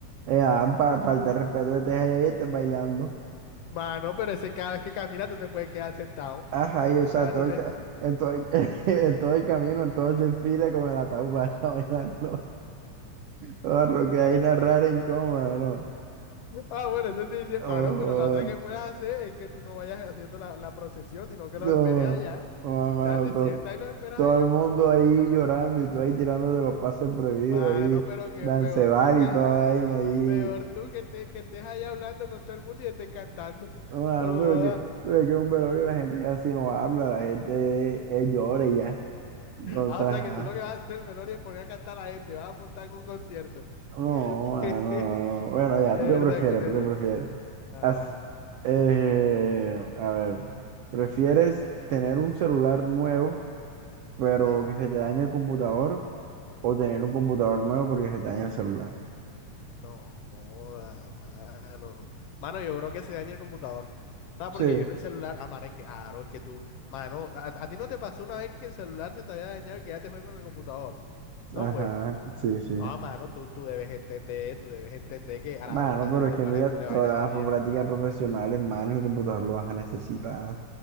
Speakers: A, on the right (about 75°); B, on the left (about 75°).
A: eh, ah, pa- falta de respeto que estés ahí, ahí estás bailando.
B: Mano, pero ese cada vez que caminas tú te puedes quedar sentado.
A: Ajá,
B: <laughs>
A: y o sea,
B: Déjate
A: todo
B: de-
A: el, ca-
B: decir.
A: en, todo el, <laughs> en todo el camino, en todo el desfile con el ataúd va a estar bailando. <laughs> Oh, ronque ahí narrar incómoda, ¿no?
B: Ah, bueno, eso sí, es cier-
A: Oh,
B: mano, pero la otra que puedes hacer es que tú no vayas haciendo la, la procesión, sino que los
A: oh,
B: esperes allá.
A: oh, mano,
B: Ya te
A: todo,
B: sientas y los esperas
A: todo
B: allá.
A: el mundo ahí llorando y tú ahí tirándote los pases prohibidos
B: Mano,
A: ahí,
B: pero que
A: dancebal
B: peor tú que,
A: y toda vaina ahí.
B: peor tú que, te, que estés allá hablando con todo el mundo y estés cantando.
A: No, mano,
B: No joda.
A: pero que, pero que un velorio la gente casi no habla, la gente eh, llora y ya. Entonces,
B: Ah, o sea
A: ajá.
B: que tú lo que vas a hacer en el velorio es poner a cantar a la gente, vas a montar un concierto.
A: No, mano,
B: <laughs>
A: no, no. Bueno, ya,
B: Verdad,
A: ¿tú qué prefieres?
B: que una
A: ¿Tú qué
B: res.
A: prefieres?
B: Ajá,
A: Haz- eh, a ver, ¿prefieres tener un celular nuevo, pero
B: ajá.
A: que se te dañe el computador? ¿O tener un computador nuevo porque se te daña el celular?
B: No joda, mano. Mano, yo creo que se daña el computador. No,
A: Sí,
B: porque yo en el celular, ah, mano, es que, claro, es que tú, mano, a, a ti no te pasó una vez que el celular se te había dañado y que ya te fue con el computador. No
A: ajá,
B: fue.
A: sí, sí.
B: Ah, mano, tú, tú debes entender, tú debes entender que Arajo
A: Mano,
B: está
A: pero
B: sin celular,
A: es que mira,
B: es cule vaina
A: todas las
B: jodida.
A: prácticas profesionales, manos y el computador lo vas a necesitar.